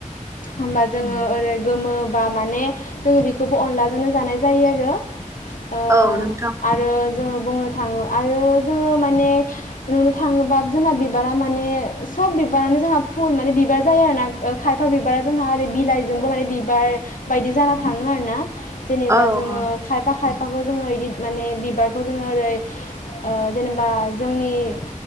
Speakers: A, on the left (about 80°); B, on the right (about 20°).
A: होमबा जोङो ओरै गोमो बा माने जोङो बेखौबो अनलाजोंनो जानाय जायो आरो ओ
B: औ नोंथां
A: आरो जोङो बुंनो थाङो आरो जोङो माने नुनो थाङोबा जोंना बिबारा माने सोब बिबारानो जोंहा फुल माने बिबार जाया आरोना खायफा बिबारा जोंहा ओरै बिलाइजोंबो माने बिबार बायदि जाना थाङो आरो ना। जेनेबा
B: औ
A: जोङो
B: औ
A: खायफा खाय फाखौ जोङो बिदि माने बिबारखौ जोङो ओरै ओ जेनेबा जोंनि